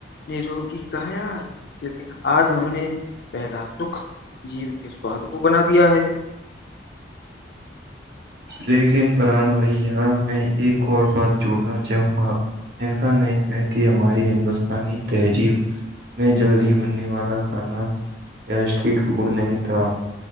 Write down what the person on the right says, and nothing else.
لیکن فرحان ویا میں ایک اور بات جڑنا چاہوں گا ایسا نہیں ہے کہ ہماری ہندوستانی تہذیب میں جلدی بننے نوالا کھانا یا اسٹریٹ فوڈ نہیں تھا